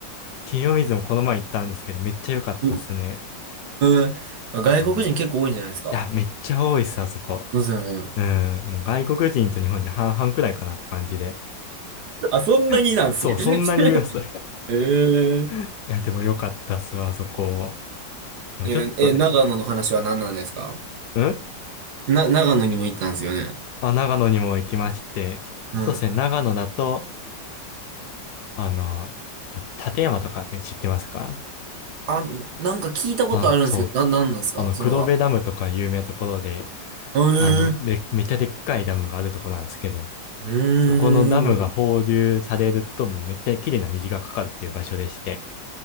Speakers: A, on the left; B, on the right.
A: 清水もこの前行ったんですけど、めっちゃ良かったっすね。
B: うん。う、うーん。外国人結構多いんじゃないですか。
A: うんいや、めっちゃ多いっす、あそこ。
B: そうですよね。
A: うん、もう外国人と日本人半々くらいかなって感じで。
B: あ、そんなになんですね。
A: そそう、
B: <laughs>
A: そんなにいます。
B: えー、
A: いや、でも良かったっすわ、あそこ。でもちょっとね、
B: え、え長野の話は何なんですか
A: うん
B: な、長野にも行ったんですよね。
A: あ、長野にも行きまして、
B: うん。
A: そうですね、長野だと、あの、た立山とかって知ってますか
B: あ、なんか聞いたことあるんですけど、
A: あ、そう、
B: な、なんなんですかそれは。
A: あの、黒部ダムとか有名なところで、
B: えー、
A: あの、で、めっちゃでっかいダムがあるとこなんですけど、
B: うーん。
A: そこのダムが放流されると、もうめっちゃ綺麗な虹がかかるっていう場所でして、